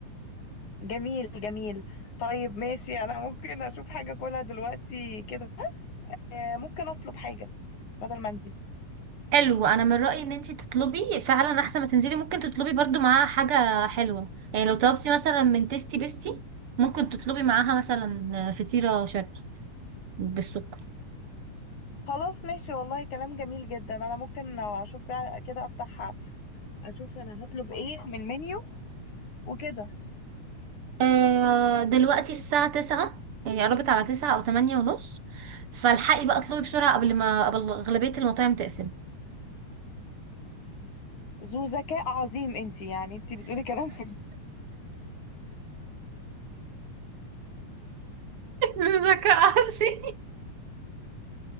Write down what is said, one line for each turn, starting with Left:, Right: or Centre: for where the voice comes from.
Left: جميل جميل طيب ماشي انا ممكن اشوف حاجه اكلها دلوقتي كده آه ممكن اطلب حاجه بدل ما انزل
Right: حلو انا من رايي ان انت تطلبي فعلا احسن ما تنزلي ممكن تطلبي برضو معاها حاجه حلوه يعني لو طلبتي مثلا من تيستي بيستي ممكن تطلبي معاها مثلا فطيره شرقي بالسكر
Left: خلاص ماشي والله كلام جميل جدا انا ممكن لو اشوف بقى كده افتح اشوف انا هطلب ايه من المنيو وكده
Right: آه، دلوقتي الساعه 9 يعني قربت على 9 او 8 ونص فالحقي بقى اطلبي بسرعه قبل ما قبل اغلبيه المطاعم تقفل <laughs>
Left: ذو ذكاء عظيم انتي يعني انتي بتقولي كلام في
Right: ذكاء عصي